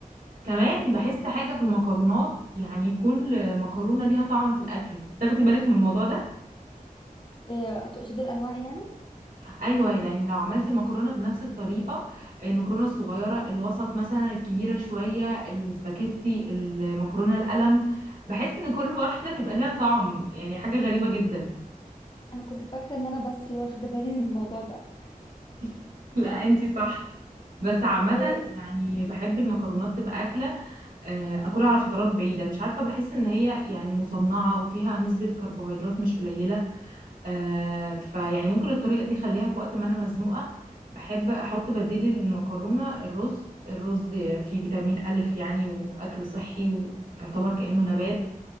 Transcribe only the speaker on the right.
كمان بحس حاجه في المكرونات يعني كل مكرونه ليها طعم في الاكل تاخدي بالك من الموضوع ده
ايوه يعني لو عملتي مكرونه بنفس الطريقه المكرونه الصغيره الوسط مثلا الكبيره شويه السباكيتي المكرونه القلم بحس ان كل <laughs> واحده بيبقى ليها طعم يعني حاجه غريبه جدا
<laughs> لا انتي صح بس عامه
يعني بحب المكرونات تبقى اكله آه، اكلها على فترات بعيده مش عارفه بحس ان هي يعني مصنعه وفيها نسبه كربوهيدرات مش قليله آه فيعني ممكن الطريقة دي خليها في وقت ما أنا مزنوقة بحب أحط بديل المكرونة الرز الرز فيه فيتامين ألف يعني وأكل صحي ويعتبر كأنه نبات